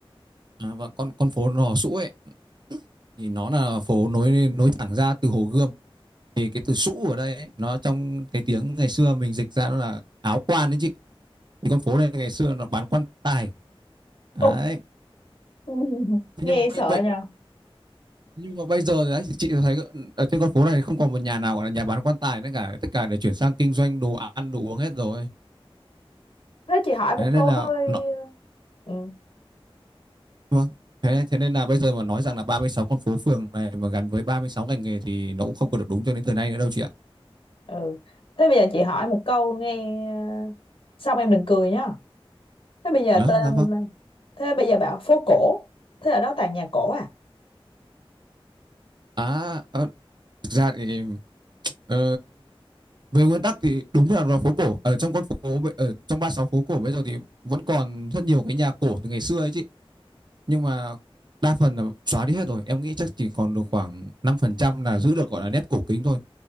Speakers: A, on the right; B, on the left.
A: À, và con con phố Lò Sũ ấy thì nó là phố nối nối thẳng ra từ Hồ Gươm Thì cái từ sũ ở đây ấy, nó trong cái tiếng ngày xưa mình dịch ra nó là áo quan đấy chị. Thì con phố này ngày xưa nó bán quan tài. Đấy.
B: Ôi, <laughs>
A: Thế
B: nghe
A: nhưng mà
B: sợ
A: bây, bây
B: nhờ.
A: nhưng mà bây giờ đấy, chị thấy ở trên con phố này không còn một nhà nào gọi là nhà bán quan tài nữa cả tất cả để chuyển sang kinh doanh đồ ăn đồ uống hết rồi
B: Thế chị hỏi một
A: thế nên
B: câu
A: là
B: hơi...
A: nó,
B: Ừ,
A: vâng thế, thế nên là bây giờ mà nói rằng là ba mươi sáu con phố phường này mà gắn với ba mươi sáu ngành nghề thì nó cũng không còn được đúng cho đến thời nay nữa đâu chị ạ
B: ừ. Thế bây giờ chị hỏi một câu nghe... ờ, Xong em đừng cười nhá. Thế bây giờ
A: đó
B: tên
A: dạ vâng
B: là- thế bây giờ bảo phố cổ. Thế ở đó toàn nhà cổ à?
A: à, à thực ra thì Ờ, về nguyên tắc thì đúng là là phố cổ ở trong con phố bây- ở trong ba sáu phố cổ bây giờ thì vẫn còn rất nhiều cái nhà cổ từ ngày xưa ấy chị nhưng mà đa phần là xóa đi hết rồi em nghĩ chắc chỉ còn được khoảng 5% là giữ được gọi là nét cổ kính thôi